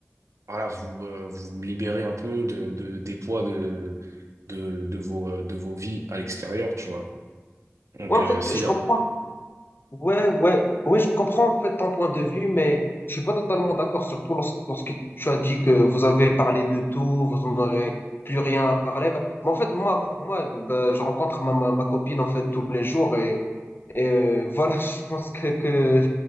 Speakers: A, on the right (about 75°); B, on the left (about 45°).
A: voilà, vous, euh, vous vous libérez un peu de, de, des poids de, de, de vos, euh, de vos vies à l'extérieur, tu vois. Donc,
B: Ouais, en
A: euh,
B: fait,
A: si,
B: je
A: ja-,
B: comprends. Ouais, ouais, ouais, je comprends en fait ton point de vue, mais je suis pas totalement d'accord, surtout lorsque, lorsque tu as dit que vous avez parlé de tout, vous n'aurez plus rien à parler. Bah, mais en fait, moi, pour moi, bah, je rencontre ma, ma, ma copine en fait tous les jours et euh, voilà, <laughs> je pense que, que